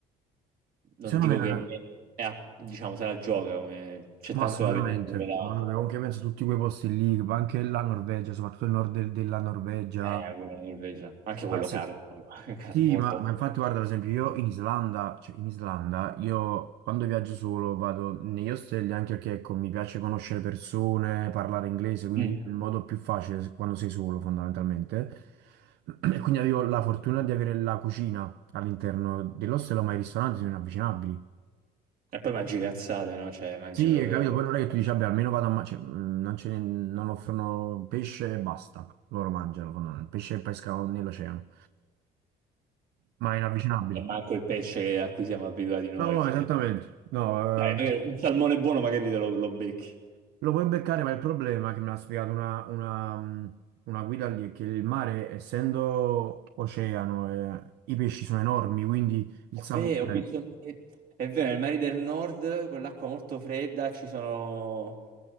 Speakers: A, on the right; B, on the right.
A: non
B: Secondo
A: dico
B: me, è
A: che
B: una-
A: è a- diciamo, se la gioca, come c'è
B: ma
A: tanto
B: assolutamente,
A: da vedere. come la-
B: guarda, anche penso a tutti quei posti lì, ma anche la Norvegia, soprattutto il nord del- della Norvegia,
A: Eh, pure la Norvegia. Anche
B: pazzesco.
A: quello caro, proprio, <laughs> caro
B: Sì,
A: molto.
B: ma, ma infatti guarda, per esempio io in Islanda, cioè in Islanda, io quando viaggio solo vado negli ostelli anche perché ecco, mi piace conoscere persone, parlare inglese, quindi
A: Mm.
B: è il modo più facile se- quando sei solo fondamentalmente. <clears throat> E quindi avevo la fortuna di avere la cucina all'interno dell'ostello, ma i ristoranti sono inavvicinabili.
A: E poi mangi cazzate, no? Cioè, mangi
B: Sì,
A: proprio.
B: hai capito, poi non è che tu dici, vabbè, almeno vado a mangiare, non, ce ne- non offrono pesce e basta, loro mangiano, fondamentalmente, pesce e pescano nell'oceano, ma inavvicinabili.
A: E manco il pesce a cui siamo abituati noi.
B: No, no,
A: Che
B: esattamente.
A: ne-
B: No,
A: Dai,
B: eh,
A: magari un salmone buono magari te lo, lo becchi.
B: lo puoi beccare, ma il problema che me l'ha spiegato una, una, mh, una guida lì è che il mare, essendo oceano, eh, i pesci sono enormi, quindi il
A: È
B: sapore
A: vero, ho visto- è, è vero, nei mari del nord, con l'acqua molto fredda, ci sono...